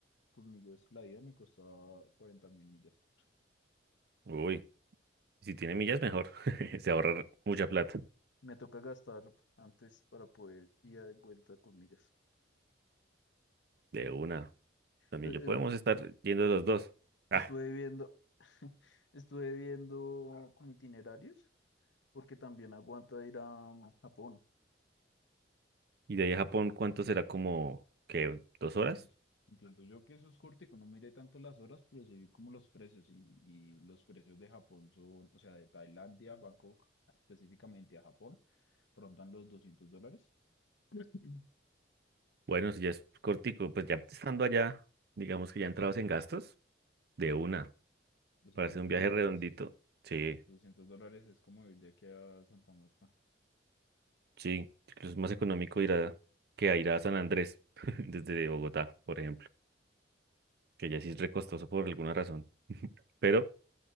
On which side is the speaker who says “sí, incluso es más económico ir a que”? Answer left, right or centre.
Right